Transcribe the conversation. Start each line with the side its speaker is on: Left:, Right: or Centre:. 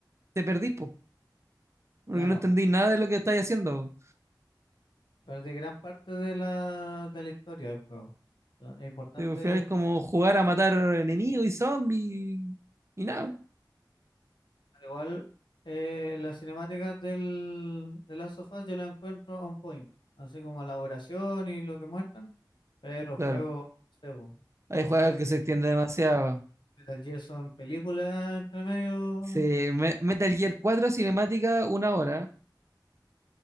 Right: te perdís, po, porque
Left: claro.
Right: no entendí nada de lo que estáis haciendo.
Left: Perdí gran parte de la, de la historia del juego. Ah, Es importante,
Right: Eh, Al final es como jugar a matar enemigos y zombies y nada,
Left: al igual, eh, las cinemáticas del, de Last of Us yo las encuentro on point. Así como la duración y lo que muestran. Pero el
Right: claro.
Left: juego, no sé, po, yo
Right: Hay
Left: escuchaba
Right: juegos que se extienden demasiado.
Left: Metal Gear son películas entre medio.
Right: Sí, Me- Metal Gear 4 cinemática, una hora.